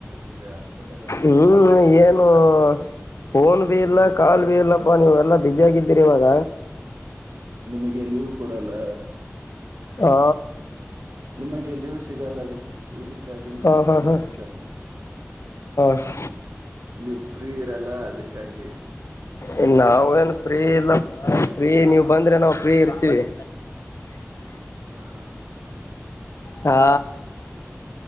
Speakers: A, on the right; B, on the left.
A: ಈಗ. ಹಾಸ್ಪಿಟಲ್ ಹೊಂಟಿದ್ದಾರೆ
B: ಹ್ಮ್ ಏನು. ಫೋನ್ ಬಿ ಇಲ್ಲ
A: ಇಲ್ಲಿ
B: ಕಾಲ್ ಭ ಇಲ್ಲಪ್ಪ ನೀ್ ಎಲ್ಲಾ ಬಿಸಿ ಆಗಿದ್ದೀರಿ ಇವಾಗ.
A: ನಿಮಗೆ ಎಲ್ಲಿಯೂ ಕೂಡಲ್ಲ.
B: ಹ
A: ನಿಮಗೆಲ್ಲಿಯೂ ಸಿಗಲ್ಲ. ಇದಕ್ಕಾಗಿ ನಾವು
B: ಹ
A: ಫೋನ್
B: ಹಾ ಹಾ
A: ಹಚ್ಚಲ್ಲ.
B: ಹಾ
A: ನೀವು ಫ್ರೀ ಇರಲ್ಲ ಅದಕ್ಕಾಗಿ.
B: ಇ ನಾವು ಏನ್ ಪ್ರೀ ಇಲ್ಲ. ಫ್ರೀ ನೀವು್ ಬಂದ್ರೆ ನಾವು ಫ್ರೀ ಇರ್ತೀವಿ.
A: ಹಾ.
B: ಹಾ.